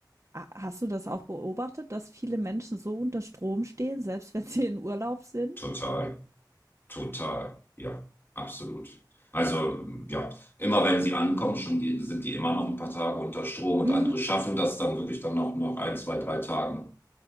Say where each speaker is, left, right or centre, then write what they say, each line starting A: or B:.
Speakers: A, on the right; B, on the left.
A: hast du das auch beobachtet, dass viele Menschen so unter Strom stehen, selbst wenn sie in Urlaub sind?
B: total. Total, ja, absolut. Also, ja, immer wenn sie ankommen, schon die, sind die immer noch ein paar Tage unter Strom und
A: Mhm.
B: andere schaffen das dann wirklich dann noch nach ein, zwei, drei Tagen